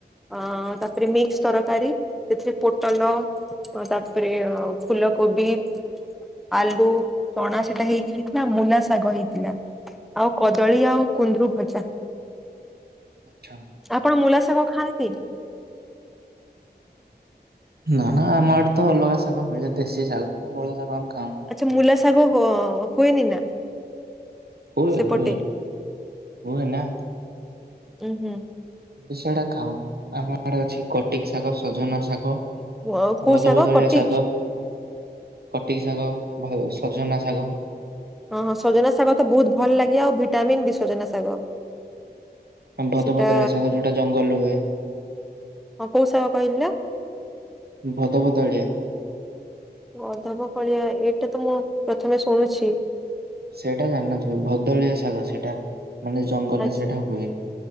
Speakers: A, in the centre; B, on the right.
A: ଅ ତାପରେ ମିକ୍ସ ତରକାରୀ ସେଥିରେ ପୋଟଲ ଆଉ ତାପରେ ଫୁଲକୋବି। ଆଲୁ ଚଣା ସେଟା ହେଇକି ହେଇଥିଲା ମୂଲା ଶାଗ ହେଇଥିଲା। ଆଉ କଦଳୀ ଆଉ କୁନ୍ଦରୁ ଭଜା।
B: ଆଛା।
A: ଆପଣ ମୂଲା ଶାଗ ଖାଆନ୍ତି?
B: ନା ନା ଆମ ଆଡେ ତ ଅଲଗା ଶାଗ ମିଳେ ଦେଶୀ ଶାଗ ମୂଳା ଶାଗ ଆମେ ଖାଉନୁ।
A: ଆଚ୍ଛା ମୂଲା ସାଗ ହୁଏନି ନା?
B: ହୁଏ
A: ସେପଟେ
B: ହୁଏ ହୁଏ ନା।
A: ଉୁଁ ହୁଁ।
B: ସେଟା ଖାଉନୁ ଆମ ଆଡେ ଅଛି କଟିକ ଶାଗ, ସଜନା ଶାଗ।
A: ହୁଁ କୋଉ
B: ବଦବଦଳିଆ
A: ଶାଗ କଟିକ?
B: ଶାଗ। କଟିକି ଶାଗ, ସଜନା ଶାଗ।
A: ହଁ ହଁ ସଜନା ଶାଗ ତ ବହୁତ ଭଲ ଲାଗେ ଆଉ ଭିଟାମନ୍ ବି ସଜନା ଶାଗ।
B: ହୁଁ ଭଦଭଦଳିଆ
A: ସେଟା
B: ଶାଗ ଯୋଉଟା ଜଙ୍ଗଲରୁ ହୁଏ।
A: ହଁ କୋଉ ସାଗ କହିଲ।
B: ଭଦ ଭଦଳିଆ।
A: ଅଧବ କଳିଆ ଏଇଟା ତ ମୁଁ ପ୍ରଥମେ ଶୁଣୁଛି।
B: ସେଇଟା ଜାଣିନଥିବେ ଭଦଳିଆ ଶାଗ ସେଇଟା ମାନେ ଜଙ୍ଗଲରେ
A: ଆଚ୍ଛା
B: ସେଇଟା ହୁଏ।